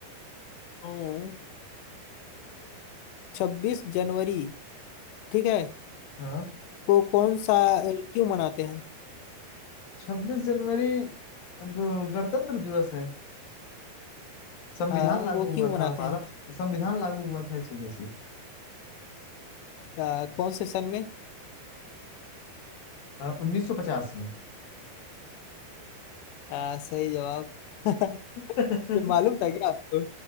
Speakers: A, on the left (about 85°); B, on the left (about 65°).
A: हूँ छब्बीस जनवरी ठीक है
B: हाँ
A: को कौन सा अ, क्यों मनाते हैं
B: छब्बीस जनवरी अब गणतंत्र दिवस है संविधान
A: हाँ
B: लागू
A: वो
B: हुआ
A: क्यों
B: था
A: मनाते
B: हमारा
A: हैं
B: संविधान लागू हुआ था इस वजह से
A: अ, कौन से सन में
B: उन्नीस सौ पचास में
A: हाँ सही जवाब <laughs>
B: <laughs>
A: ये मालूम था क्या आपको